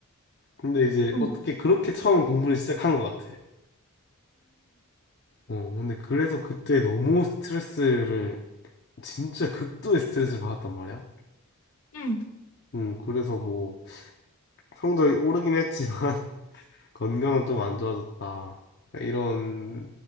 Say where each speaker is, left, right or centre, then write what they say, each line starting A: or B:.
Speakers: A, on the left; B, on the left.
A: 근데 이제
B: 어응
A: 어떻게
B: 응 응응응응응
A: 그렇게 처음 공부를 시작한 것 같아. 어, 근데 그래서 그때 너무 스트레스를 진짜 극도의 스트레스를 받았단 말이야.
B: <laughs>
A: 음, 그래서 뭐 성적이 오르긴 했지만 <laughs> 건강은 좀 안 좋아졌다. 그러니까 이런